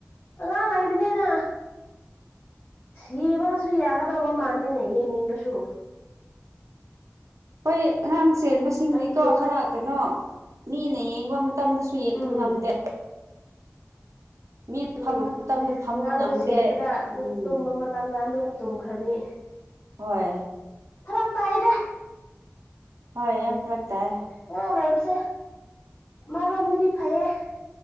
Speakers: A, on the left; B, on the right.
A: ꯑꯉꯥꯡ ꯂꯩꯕꯅꯦꯅ ꯌꯦꯕꯒꯁꯨ ꯌꯥꯒꯗꯧꯕ ꯃꯥꯟꯗꯦꯅꯦ ꯌꯦꯡꯅꯤꯡꯕꯁꯨ
B: ꯍꯣꯏ ꯑꯉꯥꯡ ꯆꯦꯟꯕꯁꯤꯡꯗꯤꯀꯣ
A: ꯑꯩꯗꯤ
B: ꯈꯔ ꯀꯩꯅꯣ ꯃꯤꯅ ꯌꯦꯡꯕ ꯃꯇꯝꯗꯁꯨ ꯌꯦꯡꯕ
A: ꯎꯝ
B: ꯉꯝꯗꯦ ꯃꯤꯅ
A: ꯎꯝ
B: ꯐꯝꯕ ꯃꯇꯝꯗ ꯐꯝꯕ
A: ꯑꯉꯥꯡꯅ
B: ꯉꯝꯗꯦ
A: ꯁꯦꯟꯕꯗ ꯃꯕꯨꯛ
B: ꯎꯝ
A: ꯇꯨꯝꯕ ꯃꯇꯝꯗ ꯑꯗꯨꯝ ꯇꯨꯝꯈ꯭ꯔꯅꯤ
B: ꯍꯣꯏ
A: ꯐꯔ ꯐ ꯍꯥꯏꯗ
B: ꯍꯣꯏ ꯌꯥꯝ ꯐꯔꯛ ꯇꯥꯏ
A: ꯑꯉꯥꯡ ꯂꯩꯕꯁꯦ ꯃꯥꯂꯣꯝꯗꯗꯤ ꯐꯩꯌꯦ